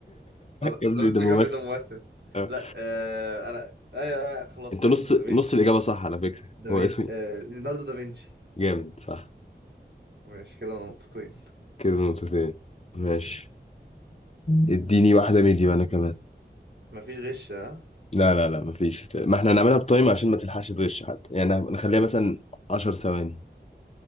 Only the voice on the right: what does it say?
ليوناردو
دي
كابريو ده ممثل
لا آه... انا ايوه أيوة، خلاص
عرفت
دافينشي
دافين
آه... ليوناردو دافينشي
ماشي كده انا نقطتين
مفيش غش ها